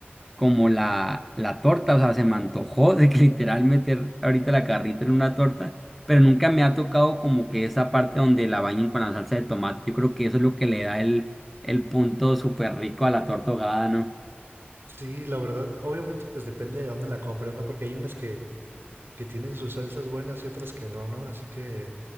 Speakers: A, in the centre; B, on the right.
A: como la, la torta, o sea, se me antojó de que <laughs> literal meter ahorita la carrita en una torta, pero nunca me ha tocado como que esa parte donde la bañen con la salsa de tomate. Yo creo que eso es lo que le da el, el punto súper rico a la torta ahogada, ¿no?
B: Sí, la verdad, obviamente pues depende de dónde la compres, ¿no? Porque hay unas que, que tienen sus salsas buenas y otras que no, ¿no? Así que